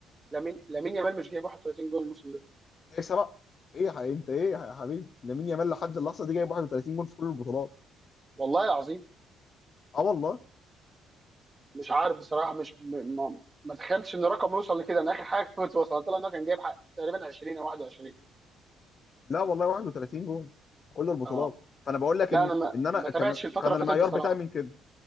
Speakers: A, on the right (about 20°); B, on the left (about 40°).
A: لامين لامين يامال مش جايب 31 جون الموسم ده
B: جايب سبعه ايه يا ح- انت ايه يا حبيبي لامين يامال لحد اللحظه دي جايب 31 جون في كل البطولات
A: والله العظيم
B: اه والله
A: مش عارف بصراحه مش م- ما ما تخيلتش ان الرقم يوصل لكده انا اخر حاجه كنت وصلت لها ان انا كان جايب حق تقريبا 20 او 21
B: لا والله 31 جول في كل البطولات
A: اه
B: فانا بقول لك
A: لا
B: ان
A: انا ما,
B: ان انا
A: ما تابعتش
B: كان
A: الفتره
B: كان
A: اللي
B: المعيار
A: فاتت بصراحه
B: بتاعي من كده